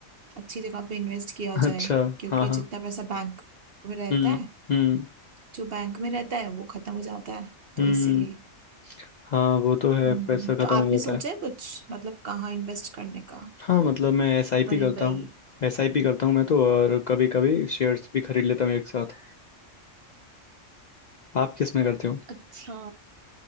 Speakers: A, on the right; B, on the left.
A: अच्छी जगह पे इन्वेस्ट किया
B: अच्छा
A: जाए क्योंकि
B: हाँ हाँ
A: जितना पैसा बैंक में रहता
B: हम्म
A: है
B: हम्म
A: जो बैंक में रहता है वो खत्म हो जाता है तो
B: हम्म
A: इसीलिए
B: हाँ वो तो है
A: हम्म,
B: पैसा खत्म
A: तो आपने
B: हो जाता
A: सोचा
B: है
A: है कुछ मतलब कहाँ इन्वेस्ट करने का
B: हाँ मतलब मैं एसआईपी
A: वही
B: करता
A: वही
B: हूँ एसआईपी करता हूँ मैं तो और कभी कभी शेयर्स भी खरीद लेता हूँ एक साथ आप किस में करते हो
A: अच्छा